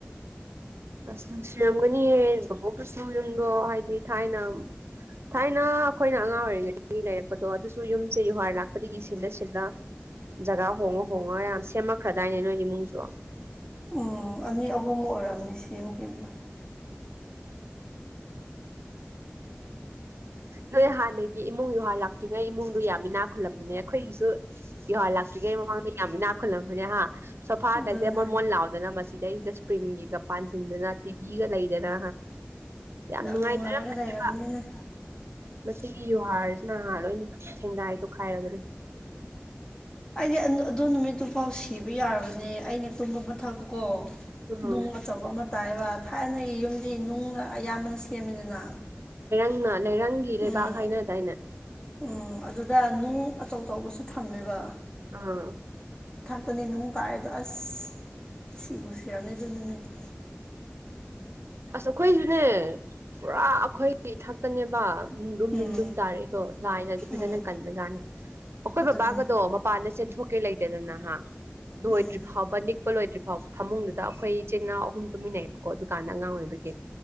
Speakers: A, on the right (about 75°); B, on the left (about 20°).
A: ꯑꯁ ꯅꯨꯡꯁꯤꯔꯝꯒꯅꯤꯌꯦ ꯚꯥꯕꯣꯛꯇꯨꯁꯨ ꯌꯨꯝꯗꯣ ꯍꯥꯏꯗꯤ ꯊꯥꯏꯅ ꯊꯥꯏꯅ ꯑꯩꯈꯣꯏꯅ ꯑꯉꯥꯡ ꯑꯣꯏꯔꯤꯉꯩꯗꯒꯤ ꯂꯩꯔꯛꯄꯗꯣ ꯑꯗꯨꯁꯨ ꯌꯨꯝꯁꯦ ꯌꯨꯍꯥꯔ ꯂꯥꯛꯄꯗꯒꯤ ꯁꯤꯜꯂ ꯁꯤꯜꯂ ꯖꯒꯥ ꯍꯣꯡꯉ ꯍꯣꯡꯉ ꯌꯥꯝ ꯁꯦꯝꯃꯛꯈ꯭ꯔꯗꯥꯏꯅꯦ ꯅꯣꯏ ꯏꯃꯨꯡꯁꯨ
B: ꯎꯝ ꯑꯅꯤ ꯑꯍꯨꯝꯃꯨ ꯑꯣꯏꯔꯑꯝꯅꯤ ꯁꯦꯝꯈꯤꯕ
A: ꯅꯣꯏ ꯍꯥꯟꯅꯒꯤ ꯏꯃꯨꯡ ꯌꯨꯍꯥꯔ ꯂꯥꯛꯇ꯭ꯔꯤꯉꯩ ꯏꯃꯨꯡꯗꯣ ꯌꯥꯝꯃꯤꯅꯥ ꯈꯨꯜꯂꯝꯕꯅꯦ ꯑꯩꯈꯣꯏꯒꯤꯁꯨ ꯏꯍꯣꯏ ꯂꯥꯛꯇ꯭ꯔꯤꯉꯩ ꯃꯃꯥꯡꯗ ꯌꯥꯝ ꯅꯥꯞꯈꯜꯂꯝꯕꯅꯦ ꯍꯥ ꯁꯣꯐꯥ
B: ꯑꯗꯨꯅꯦ
A: ꯀꯁꯦ ꯃ ꯃꯣꯟ ꯂꯥꯎꯗꯅ ꯃꯁꯤ ꯁꯤꯗꯩꯗ ꯏꯁꯄ꯭ꯔꯤꯡꯒꯤꯒ ꯄꯥꯟꯁꯤꯟꯗꯅ ꯇꯤꯚꯤꯒ ꯂꯩꯗꯅ ꯌꯥꯝ ꯅꯨꯡꯉꯥꯏꯖꯔꯝꯕꯁꯦꯕ
B: ꯅꯨꯡꯉꯥꯏꯔꯒ ꯂꯩꯔꯝꯕꯅꯤꯅꯦ
A: ꯃꯁꯤꯒꯤ ꯌꯨꯍꯥꯔꯁꯤꯅꯍꯥꯟ ꯂꯣꯏ ꯊꯦꯡꯒꯥꯏ ꯇꯣꯈꯥꯏꯔꯒꯅꯤ
B: ꯑꯩꯗꯤ ꯑꯗꯨ ꯅꯨꯃꯤꯠꯇꯨꯐꯥꯎ ꯁꯤꯕ ꯌꯥꯔꯕꯅꯦ ꯑꯩꯅ ꯇꯨꯝꯕ ꯃꯊꯛꯇꯨꯀꯣ
A: ꯎꯝ
B: ꯅꯨꯡ ꯑꯆꯧꯕ ꯑꯃ ꯇꯥꯏꯕ ꯊꯥꯏꯅꯒꯤ ꯌꯨꯝ ꯗꯤ ꯅꯨꯡꯅ ꯑꯌꯥꯝꯕꯅ ꯁꯦꯝꯃꯤꯗꯅ
A: ꯅꯪꯅ ꯂꯩꯔꯪꯒꯤ ꯂꯩꯕꯥꯛ
B: ꯎꯝ
A: ꯍꯥꯏꯅꯗꯥꯏꯅꯦ
B: ꯎꯝ ꯑꯗꯨꯗ ꯅꯨꯡ ꯑꯆꯧ ꯑꯆꯧꯕꯁꯨ ꯊꯝꯃꯦꯕ
A: ꯑꯥ
B: ꯑꯄꯅꯦ ꯅꯨꯡ ꯄꯥꯏꯔꯦꯗꯣ ꯑꯁ ꯁꯤꯕꯨ ꯁꯤꯔꯝꯅꯤꯗꯣ ꯅꯨꯃꯤꯠꯇꯣ
A: ꯑꯁ ꯑꯩꯈꯣꯏꯁꯨꯅꯦ ꯄꯨꯔꯥ ꯑꯩꯈꯣꯏꯒꯤ ꯊꯥꯛꯇꯅꯦꯕ ꯅꯨꯡꯗꯨꯝ
B: ꯎꯝ
A: ꯅꯨꯡꯗꯨꯝ ꯇꯥꯔꯛꯏꯗꯣ ꯂꯥꯏꯅꯗꯤ ꯐꯖꯅ
B: ꯎꯝ
A: ꯀꯟꯕꯖꯥꯠꯅꯤ ꯑꯩꯈꯣꯏ
B: ꯑꯗꯨꯅꯦ
A: ꯕꯕꯥꯒꯗꯣ ꯃꯄꯥꯟꯗ ꯆꯦꯟꯊꯣꯛꯀꯦ ꯂꯩꯇꯦꯗꯅ ꯍ ꯂꯣꯏꯗ꯭ꯔꯤ
B: ꯎꯝ
A: ꯐꯥꯎꯕ ꯅꯤ ꯆꯄ ꯂꯣꯏꯗ꯭ꯔꯤ ꯐꯥꯎ ꯐꯃꯨꯡꯗꯨꯗ ꯑꯩꯈꯣꯏ ꯏꯆꯦꯅꯥꯎ ꯑꯍꯨꯝ ꯇꯨꯃꯤꯟꯅꯩꯑꯕꯀꯣ ꯑꯗꯨꯗꯨꯀꯥꯟꯗ ꯑꯉꯥꯡ ꯑꯣꯏꯕꯒꯤ